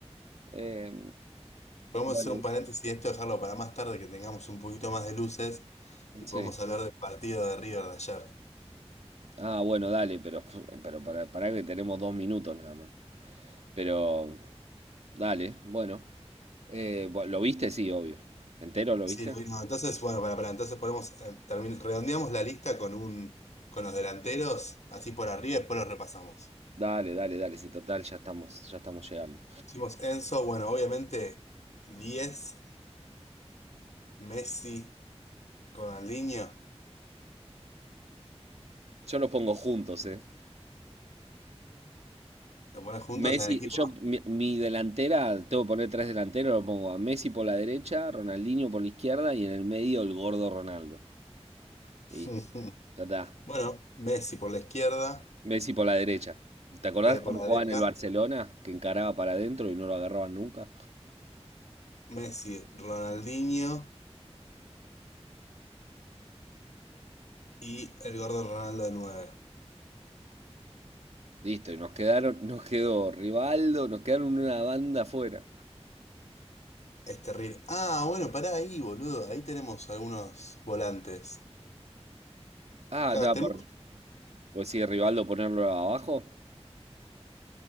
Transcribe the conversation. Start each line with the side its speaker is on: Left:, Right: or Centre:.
Right: Eh,
Left: podemos
Right: bueno,
Left: hacer un paréntesis de esto, dejarlo para más tarde, que tengamos un poquito más de luces y
Right: sí.
Left: podemos hablar del partido de River de ayer.
Right: Ah, bueno, dale, pero, pero para, para que tenemos dos minutos nada más. Pero, dale, bueno. Eh, bu- ¿lo viste? Sí, obvio. ¿Entero lo
Left: Sí,
Right: viste?
Left: lo mismo. Entonces, bueno, para, para, entonces podemos eh, termin- redondeamos la lista con un, con los delanteros, así por arriba, y después los repasamos.
Right: Dale, dale, dale. Sí, total, ya estamos, ya estamos llegando.
Left: Hicimos Enzo, bueno, obviamente diez Messi, Ronaldinho,
Right: Yo los pongo juntos, ¿eh?
Left: lo pones juntos
Right: Messi,
Left: en el equipo.
Right: yo, mi, mi delantera, tengo que poner tres delanteros, lo pongo a Messi por la derecha, Ronaldinho por la izquierda y en el medio el gordo Ronaldo.
Left: <laughs>
Right: Listo, ya está.
Left: Bueno, Messi por la izquierda,
Right: Messi por la derecha. ¿Te acordás
Left: eh,
Right: cómo
Left: por la
Right: jugaba
Left: derecha,
Right: en el Barcelona? Que encaraba para adentro y no lo agarraban nunca.
Left: Messi, Ronaldinho y el gordo Ronaldo de nueve,
Right: Listo, y nos quedaron, <laughs> nos quedó Rivaldo, nos quedaron una banda afuera.
Left: Es terrible. Ah, bueno, pará ahí, boludo. Ahí tenemos algunos volantes.
Right: Ah,
Left: Claro,
Right: no,
Left: tenemos
Right: por- pues sí, Rivaldo ponerlo abajo.